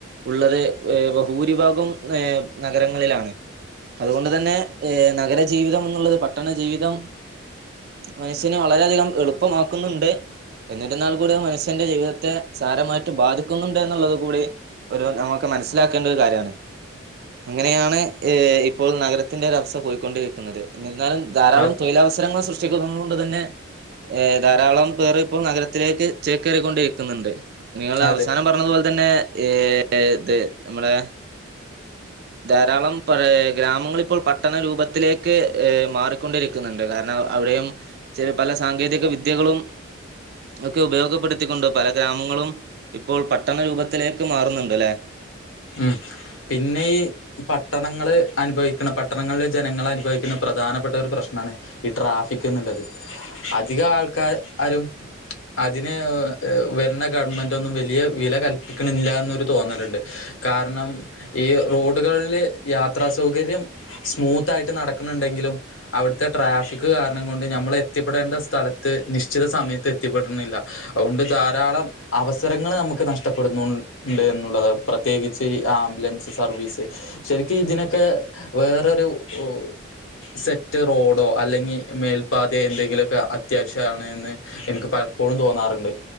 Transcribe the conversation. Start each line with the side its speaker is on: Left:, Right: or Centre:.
Right: ഉള്ളത് ഏഹ് ഭൂരിഭാഗം ഏഹ് നഗരങ്ങളിലാണ് അതുകൊണ്ട് തന്നെ ഏഹ് നഗരജീവിതം എന്നുള്ളത് പട്ടണ ജീവിതം മനുഷ്യെ വളരെയധികം എളുപ്പമാക്കുന്നുണ്ട് എന്നിരുന്നാൽ കൂടി മനുഷ്യന്റെ ജീവിതത്തെ സാരമായിട്ട് ബാധിക്കുന്നുണ്ട് എന്നുള്ളത് കൂടി ഒരു നമുക്ക് മനസ്സിലാക്കേണ്ട ഒരു കാര്യണ് ഇങ്ങനെയാണ് ഏഹ് ഇപ്പോൾ നഗരത്തിന്റെ ഒരവസ്ഥ പോയിക്കൊണ്ടിരിക്കുന്നത് എന്നിരുന്നാലും ധാരാളം
Left: അ
Right: തൊഴിലവസരങ്ങൾ സൃഷ്ടിക്കുന്നത് കൊണ്ട് തന്നെ ഏഹ് ധാരാളം പേര് ഇപ്പോൾ നഗരത്തിലേക്ക് ചേകേറിക്കൊണ്ടിരിക്കുന്നുണ്ട് നിങ്ങള്
Left: അതെ
Right: അവസാനം പറഞ്ഞതു പോലെ തന്നെ ഏഹ് ഇത് നമ്മടെ ധാരാളം പ ഗ്രാമങ്ങ ഇപ്പോൾ പട്ടണരൂപത്തിലേക്ക് മാറിക്കൊണ്ടിരി ന്നുണ്ട് കാരണം അവിടെയും ചില പല സാങ്കേതിക വിദ്യകളും ഒക്കെ ഉപയോഗപ്പെടുത്തിക്കൊണ്ട് പല ഗ്രാമങ്ങളും ഇപ്പോൾ പട്ടണ രൂപത്തിലേക്ക് മാറുന്നുണ്ട് അല്ലെ
Left: ഉം പിന്നെ ഇ പട്ടണങ്ങള് അനുഭവിക്കണ പട്ടണങ്ങളില് ജനങ്ങൾ അനുഭവിക്കുന്ന പ്രധാനപ്പെട്ട ഒരു പ്രശ്നണ് ഈ ട്രാഫിക് എന്നുള്ളത് അധിക ആൾക്കാരും അതിന് വരേണഗവൺമെന്റ് ഒന്നും വലിയ വില കല്പ്പിക്കണില്ലന്നോരു തോന്നലുണ്ട് കാരണം ഈ റോഡുകളില് യാത്രാ സൗകര്യം സ്മൂത്ത് ആയിട്ട് നടക്കുന്നുണ്ടെങ്കിലും അവിടുത്തെ ട്രാഫിക് കാരണം കൊണ്ട് നമ്മൾ എത്തിപ്പെടേണ്ട സ്ഥലത്ത് നിശ്ചിത സമയത്ത് എത്തിപ്പെടണില്ല അതുകൊണ്ട് ധാരാളം അവസരങ്ങള് നമുക്ക് നഷ്ടപ്പെടുന്നു ഉണ്ട് എന്നുള്ളത് പ്രത്യേകിച്ച് ആ ലെൻസ് സർവീസ് ശരിക്കും ഇതിനൊക്കെ വേറൊരു ഉ സെറ്റ് റോഡോ അല്ലെങ്കി മേൽപ്പാതയോ എന്തെങ്കിലുക്കെ അത്യാവശ്യണ് എന്ന് എനിക്ക് പലപ്പോഴും തോന്നാറുണ്ട്